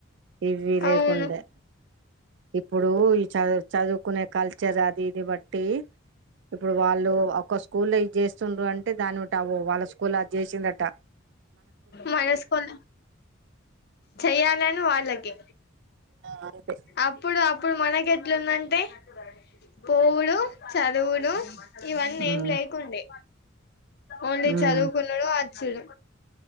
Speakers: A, on the right; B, on the left.
A: ఇవ్వి లేకుండే
B: అవును
A: ఇప్పుడూ ఈ చదువు చదుకునే కల్చర్ అది ఇది బట్టి ఇప్పుడు వాళ్ళు ఒక స్కూల్ ఇద్జేస్తుండ్రంటే అనుంటావ వాళ్ళ స్కూల్ అద్జేసిందట
B: మనస్కోల చెయ్యాలని వాళ్ళకి
A: ఆ, అంతే
B: అప్పుడప్ ఇప్పుడు మనకేట్లుందంటే పోవుడు చదువుడు ఇవన్నేం
A: ఉమ్
B: లేకుండే ఓన్లీ
A: ఉమ్
B: చదువుకున్నుడు ఆచ్చుడు